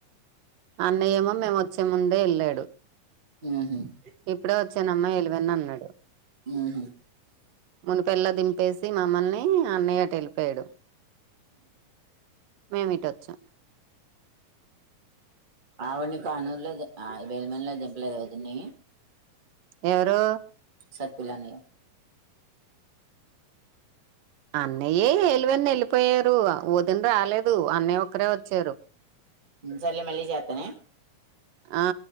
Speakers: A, on the right (about 80°); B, on the right (about 25°).
A: అన్నయ్యేమో మేము వచ్చే ముందే వెళ్ళాడు
B: ఉహు మ్
A: ఇప్పుడే వచ్చానమ్మా ఎలివెన్ అన్నాడు
B: ఉహు
A: మన పేలా దని చెప్పేసి మమ్మల్ని అన్నయ్య అటు వెళ్ళిపోయాడు మేము ఇటొచ్చాం
B: ఆవిడ్ని కానూరు లో దిం ఆ ఇవేమందిలో <unintelligible> దింపి లేదా వదిన్ని
A: ఎవరు
B: సత్పుులానే
A: అన్నయ్యే ఏలువని వెళ్ళిపోయారు వదిన రాలేదు అన్నయ్య ఒక్కరే వచ్చారు
B: సర్లే మళ్ళీ చేత్తనే
A: ఆ